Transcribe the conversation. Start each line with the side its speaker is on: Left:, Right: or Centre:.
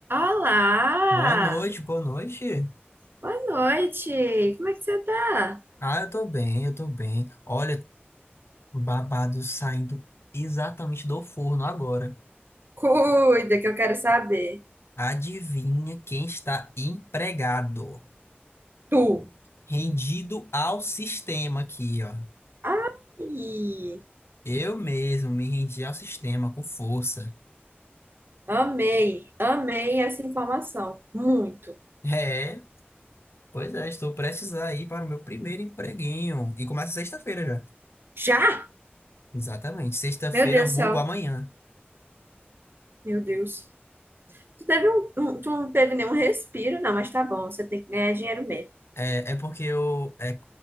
Right: Olá!
Left: Boa noite, boa noite.
Right: Boa noite! Como é que você tá?
Left: Ah, eu tô bem, eu tô bem. Olha, o babado saindo exatamente do forno agora.
Right: Cuida, que eu quero saber.
Left: Adivinha quem está empregado?
Right: Tu.
Left: Rendido ao sistema aqui, ó.
Right: Ai!
Left: Eu mesmo me rendi ao sistema com força.
Right: Amei, amei essa informação. Muito.
Left: É, pois é, estou prestes a ir para o meu primeiro empreguinho. E começa sexta-feira já.
Right: Já?
Left: Exatamente, sexta-feira,
Right: Meu Deus
Left: vulgo
Right: do céu.
Left: amanhã.
Right: Meu Deus. Tu teve um, um- tu não teve nenhum respiro, não, mas tá bom, você tem que ganhar dinheiro mesmo.
Left: É, é porque eu, é,